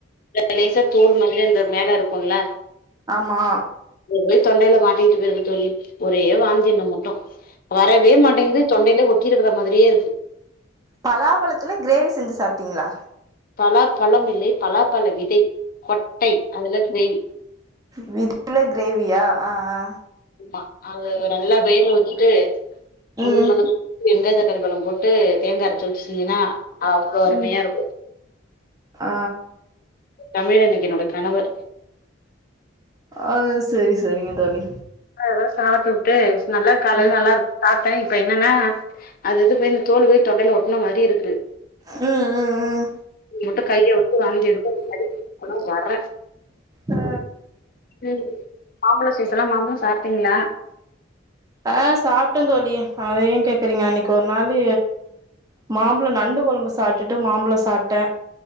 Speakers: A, on the left; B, on the right.
A: இந்த லேசா தோள் மாதிரி அந்த மேல இருக்குல்ல
B: ஆமா
A: அது போய் தொண்டையில மாட்டிக்கிட்ருக்கு தோழி ஒரே வாந்தின்ன மட்டு வரவே மாட்டேங்குது தொண்டையிலே ஒட்டி இருக்கிற மாதிரியே இருக்கு
B: பலாபழத்துல க்ரேவி செஞ்சு சாப்டீங்ளா
A: பலா பழம் இல்லை பலா பழ விதை கொட்டை அதுல க்ரேவி
B: விதைல கிரேவியா ஆ ஆ
A: ஆமா அது நல்லா வேக வச்சுட்டு ஒண்ணுல்லாம
B: ம்
A: வெங்க தக்காளி பழம் போட்டு தேங்கா அரச்சு வச்சு செஞ்சின்னா அவ்ளோ அருமையா
B: ம்
A: இருக்கு
B: ஆ
A: தமிழ் எனக்கு என்னோட கணவர்
B: ஆ சரி சரிங்க தோழி
A: அது தா சாப்டுபுட்டு நல்லா கல
B: ம்
A: கலா இருக்கு சாப்ட்ட இப்ப என்னன்னா அது இது போய் இந்த தோல் போய் தொண்டைல ஒட்ன மாரி இருக்கு
B: ம் ம் ம்
A: இது மட்டு கைய விட்டு வாந்தி எடு <inaudible> வர்ற
B: ஆ
A: ம் மாம்பழோ சீசன்லா மாம்பழோ சாப்ட்டீங்ளா
B: அ சாப்ட்ட தோழி அத ஏ கேக்குறீங்க அன்னைக்கு ஒரு நாளு மாம்பழோ நண்டு கொழம்பு சாப்ட்டுட்டு மாம்பழோ சாப்ட்ட